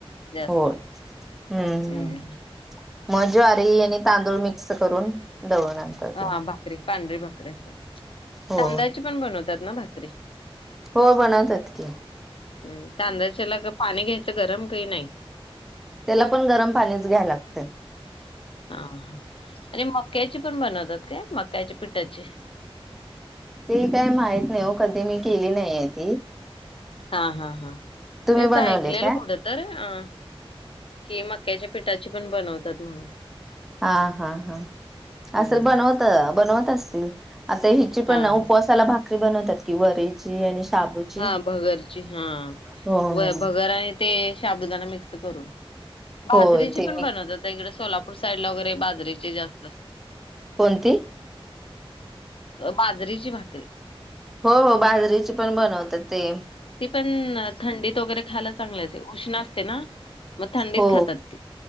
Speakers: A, on the left; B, in the centre.
A: जास्तच.
B: होय हम्म्
A: हं.
B: मग ज्वारी आणि तांदूळ मिक्स करून दळून आणतात
A: हा
B: ते
A: भाकरी पांढरी भाकरी अस
B: हो
A: तांदळाची पण बनवतात ना भाकरी
B: हो बनवतात की
A: हम तांदळाच्याला पाणी घ्यायचं गरम काही नाही.
B: त्याला पण गरम पाणीच घ्यायला लागतय
A: हा हा आणि मक्याची पण बनवतात का? मक्याच्या पिठाची
B: ते काय माहित नाही हो कधी मी केली नाहीय ती
A: हा हा हा
B: तुम्ही
A: हे अस
B: बनवले
A: <unintelligible>
B: काय
A: कुठं तर अ कि मक्याच्या पिठाची पण बनवतात म्हणून
B: हा हा हा
A: हम्म
B: असेल बनवत बनवतच ते आता हिची पण
A: हा
B: ना
A: हा
B: उपवासाला भात बनवतात की वरी ची आणि शाबूची.
A: हा भगरची हा
B: हो
A: व
B: हो.
A: भगर आणि ते शाबुदाना मिक्स करून, बाजरीची
B: होय ते
A: पण
B: मी
A: बनवतता इकड सोलापूर साईड ला वगैरे बाजरीची जास्त असते.
B: कोणती
A: बाजरीची भाकरी.
B: हो हो बाजरीेची. पण बनवतात ते
A: ती पण थंडीत वगैरे खायला चांगल आहेत. उष्ण असते ना मग थंडीत
B: हो
A: खातात ती